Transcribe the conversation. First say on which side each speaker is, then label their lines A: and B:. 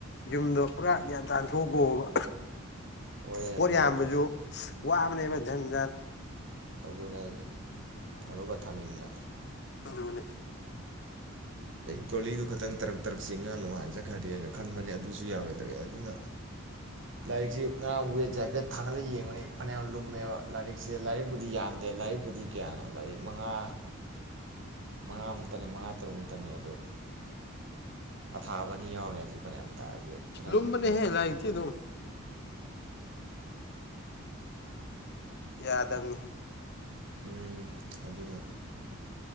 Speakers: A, on the left; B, on the right.
A: ꯌꯨꯝꯗꯣ ꯄꯨꯔꯥ ꯒ꯭ꯌꯥꯟ ꯇꯥꯅ ꯊꯣꯛꯈꯣꯕ
B: ꯑꯣꯏꯌꯦ
A: ꯄꯣꯠ
B: ꯑꯗꯨꯃꯥꯏꯅ
A: ꯌꯥꯝꯕꯁꯨ
B: ꯇꯧꯋꯦ
A: ꯋꯥ ꯅꯦꯕ ꯖꯟꯖꯥꯟ
B: ꯑꯗꯨꯅꯦ ꯍꯥꯏꯖꯦ ꯊꯡꯗꯣꯛꯀꯥ ꯊꯡꯖꯤꯟꯒꯥ
A: ꯑꯗꯨꯅꯤ
B: ꯇꯔꯣꯂꯤꯗꯨ ꯈꯛꯇꯪ ꯇꯔꯛ ꯇꯔꯛ ꯆꯤꯡꯉꯥ ꯅꯨꯡꯉꯥꯏꯅ ꯆꯠꯈ꯭ꯔꯗꯤꯅ ꯈꯟꯕꯅꯦ ꯑꯗꯨꯁꯨ ꯌꯥꯔꯣꯏꯗꯔꯦ ꯑꯗꯨꯅ ꯂꯥꯏꯔꯤꯛꯁꯤ ꯉꯔꯥꯡ ꯋꯦꯠꯁꯦ ꯍꯥꯏꯐꯦꯠ ꯊꯥꯡꯒꯠꯂ ꯌꯦꯡꯕꯅꯤ ꯐꯅꯌꯥꯝ ꯂꯨꯝꯃꯦꯕ ꯂꯥꯏꯔꯤꯛꯁꯦ ꯂꯥꯏꯔꯤꯛꯄꯨꯗꯤ ꯌꯥꯝꯗꯦ ꯂꯥꯏꯔꯤꯛꯄꯨꯗꯤ ꯀꯌꯥꯅꯣ ꯂꯥꯏꯔꯤꯛ ꯃꯉꯥ ꯃꯉꯥꯃꯨꯛꯇꯅꯤ ꯃꯉꯥ ꯇꯔꯨꯛꯃꯨꯛꯇꯅꯤ ꯑꯗꯨ ꯑꯊꯥꯕꯅꯤ ꯌꯥꯎꯔꯦ ꯑꯁꯤ ꯐꯅꯌꯥꯝ ꯇꯥꯏ ꯋꯦꯠ ꯐꯅꯌꯥꯝ
A: ꯂꯨꯝꯕꯅꯤ
B: ꯂꯨꯝꯃꯦꯕ
A: ꯍꯦ ꯂꯥꯏꯔꯤꯛꯇꯤ ꯑꯗꯨꯝ ꯌꯥꯗꯝꯅꯤ
B: ꯎꯝ ꯑꯗꯨꯅ